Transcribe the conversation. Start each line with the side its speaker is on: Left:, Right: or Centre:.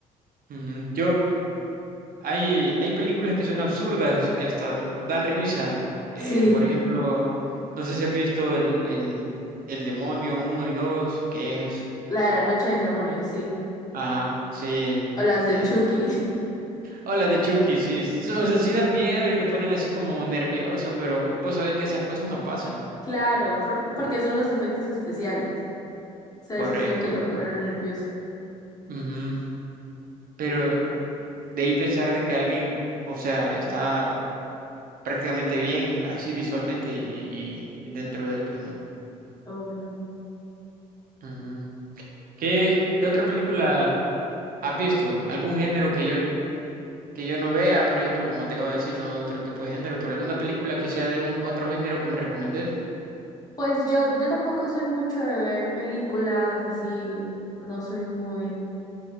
Right: Ujú. Yo, Hay, hay películas que son absurdas, que hasta dan risa. Eh,
Left: Sí,
Right: por ejemplo, no sé si has visto el, el, el Demonio uno y 2 que es...
Left: la de la noche del demonio, sí.
Right: Ajá, sí.
Left: O las de
Right: eh,
Left: Chucky.
Right: hola de Chucky, sí. s-
Left: <laughs>
Right: O sea, sí dan miedo y te ponen así como nervioso, pero vos sabés que esas cosas no pasan.
Left: Claro, por- porque son los efectos especiales. O sea,
Right: Correcto.
Left: eso es lo que lo pone a uno nervioso.
Right: Ujú. Pero de ahí pensar de que alguien, o sea, está prácticamente bien así visualmente y, y- y dentro de él, pues no.
Left: Obvio.
Right: Ujú. ¿Qué, qué otra película? ¿Has visto algún género que yo, que yo no vea? Por ejemplo, como te acabo de decir, no veo otro tipo de género, pero alguna película que sea de un otro género que me recomendés.
Left: Pues yo, yo tampoco soy mucho de ver películas así, no soy muy,